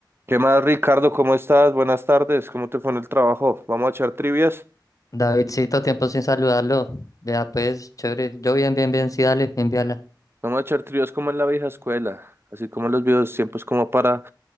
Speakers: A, on the right; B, on the left.
A: ¿Qué más, Ricardo? ¿Cómo estás? Buenas tardes. ¿Cómo te fue en el trabajo? Vamos a echar trivias.
B: Davidcito, tiempo sin saludarlo. Vea, pues, chévere. Yo bien, bien, bien, sí, dale, envíala.
A: Vamos a echar trivias como en la vieja escuela, así como en los viejos tiempos, como para